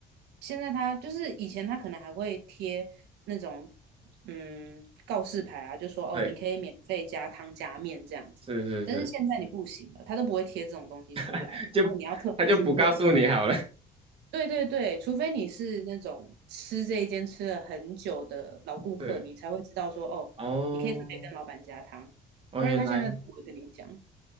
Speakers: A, on the right (about 85°); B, on the right (about 35°).
A: 现在它就是以前它可能还会贴那种嗯告示牌啊，就说哦你可以免费加汤加面这样子，
B: 对，是是是，
A: 但是现在你不行了，它都不会贴这种东西出来，
B: <laughs>
A: 然后你要特别去问。
B: 就他就不告诉你好了，
A: 对对对，除非你是那种吃这一间吃了很久的老顾客，
B: <laughs> 是
A: 你才会知道说哦，
B: 哦
A: 你可以特别跟老板加汤，
B: 哦，
A: 不然他现在都不会跟你讲。
B: 原来